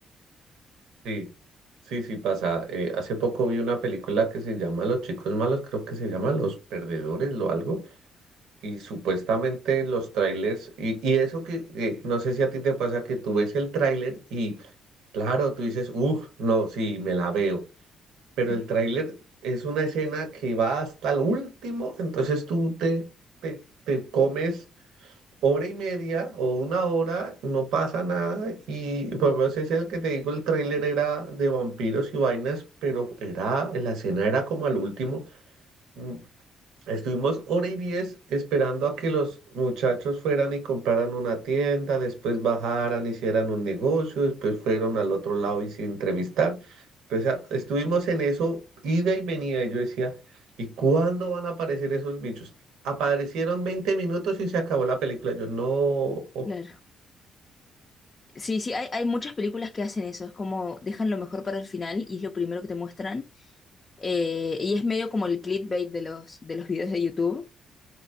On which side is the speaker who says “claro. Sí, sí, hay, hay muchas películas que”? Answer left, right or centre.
Left